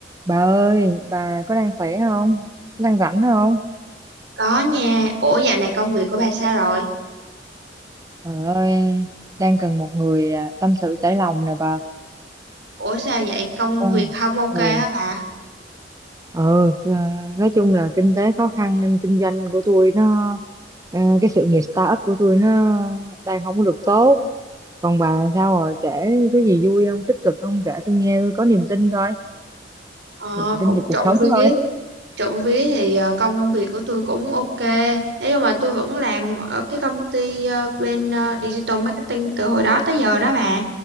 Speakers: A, on the right; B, on the right.
A: Bà ơi, bà có đang khỏe không? Có đang rảnh không?
B: Có nha. Ủa dạo này công việc của bà sao rồi?
A: Trời ơi, đang cần một người à, tâm sự trải lòng nè bà.
B: Ủa sao vậy? Công
A: Ờ,
B: việc không ok
A: ừ,
B: hả bà?
A: ừ, à, nói chung là kinh tế khó khăn nên kinh doanh của tôi nó, ờ, cái sự nghiệp startup của tôi nó đang không có được tốt. Còn bà sao rồi, kể có gì vui không, tích cực không, kể tôi nghe tôi có niềm tin coi,
B: Ờ,
A: niềm tin
B: cũng
A: về cuộc
B: trộm
A: sống
B: vía.
A: coi.
B: Trộm vía thì ờ, công việc của tôi cũng ok. thế nhưng mà tôi vẫn làm ở cái công ty ờ, bên ờ, digital marketing từ hồi đó tới giờ đó bà.